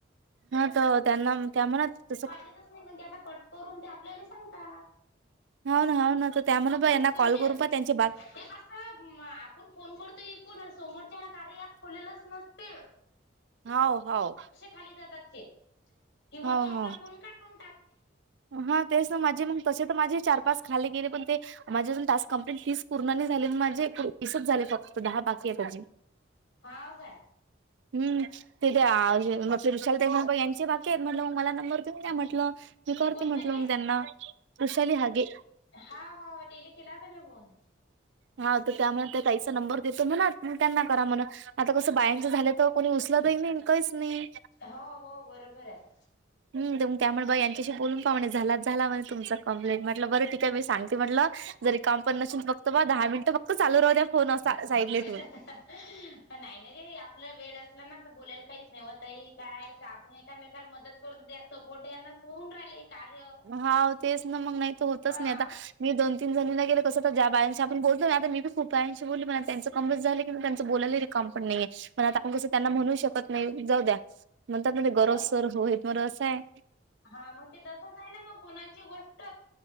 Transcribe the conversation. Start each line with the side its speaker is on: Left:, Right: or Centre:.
Right: हा तर त्यांना कॅमेरा ट.
Left: पाहिजच नाही म्हणजे आता कट करून ते आपल्याला सांगता.
Right: होा ना ह ना तर त्यामुळे पण
Left: मग
Right: यांना
Left: तुमचे
Right: कॉल करून
Left: ते
Right: प त्यांची बाग.
Left: आपण फोन करतो ऐकू समोरच्या कार्य प खोलेलंच नसते.
Right: हो हो.
Left: खाली जातात किंवा
Right: हाव
Left: तो आपला
Right: हाव
Left: फोन का करतात.
Right: हा तेच ना माझे मग तसे तर माझे चार पाच खाले गेले पण ते. माझ्या अजून टास्क कंप्लीट तीस पूर्ण नाही झाली माझे तीसच झाले फक्त दहा बाकी आहे त्या
Left: हाव काय?
Right: हम्म तिथे विशाल ते मुंबाई यांचे बाकी आहेत म्हटलं मग मला नंबर देऊन द्या म्हटलं. ते करतील
Left: कोण
Right: म्हंटल
Left: म्हणे?
Right: त्यांना वृषाली हागे
Left: हा हा तडेली केला की फोन.
Right: हा तर त्यामुळे ताईंचा नंबर देतो ना ना त्यांना करा म्हण आता कसं बायांचं झालं तर कोणी उचलतही नाही इम काहीच नाही.
Left: हो हो बरोबर आहे.
Right: हम तु त्यामुळे बघ यांच्याशी बोलून पा म्हणे झालाच झाला म्हण तुमच कं्प्लेंट म्हटलं बरं त काय मी सांगते म्हटलं. जरी काम पण नशसेन फक्त ब दहा मिनिटं फक्त चालू राह द्या फोन असा साईडला
Left: <unintelligible>
Right: ठेवून
Left: नाही नाही रे आपला वेळ असला ना तर बोलायला काहीच ने्हतही काय आपण एकामेकाला मदत करूतो द्या. सपोर्ट यांनास होऊन राहिले कार्य
Right: हा तेच ना मग नाही तर होतच
Left: हा.
Right: नाही आता मी दोनीनणीांना गेले कसं तर ज बायांशी आपण बोलतो ना आता मी खूप बायाशी बोलली म त्यांच कंमज झालं की त्यांं बोलालं. का पण नाही पण आता आप कस त्यांना म्हणू शकत नाही जाऊ द्या म्हणतात गरज
Left: मग
Right: सर हो म रस आहे.
Left: हा मग ते तसं आहे. ना मग कोणाची गोष्ट